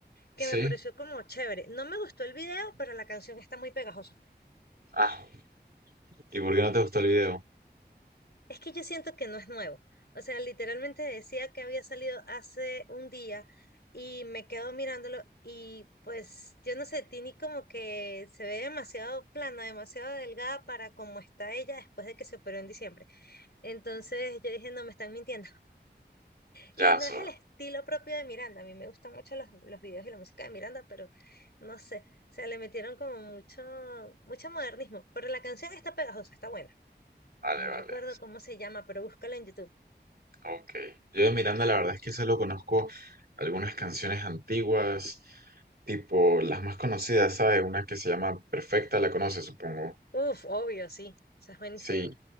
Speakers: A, on the left; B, on the right.
A: que
B: ¿Sí?
A: me pareció como chévere. No me gustó el video, pero la canción está muy pegajosa.
B: Ah, ¿y por qué no te gustó el video?
A: Es que yo siento que no es nuevo. O sea, literalmente decía que había salido hace un día y me quedo mirándolo y pues yo no sé, Tini como que se ve demasiado plana, demasiado delgada para como está ella después de que se operó en diciembre. Entonces yo dije, no, me están mintiendo. Y
B: Ya,
A: no
B: eso,
A: es el estilo propio de Miranda. A mí me gustan mucho los, los videos y la música de Miranda, pero no sé, o sea, le metieron como mucho, mucho modernismo. Pero la canción está pegajosa, está buena.
B: vale,
A: No
B: vale.
A: recuerdo cómo se llama, pero búscala en YouTube.
B: Ok. Yo de Miranda la verdad es que solo conozco algunas canciones antiguas, tipo las más conocidas, ¿sabes? Una que se llama Perfecta, la conoces, supongo.
A: Uf, obvio, sí. Esa es buenísima.
B: Sí,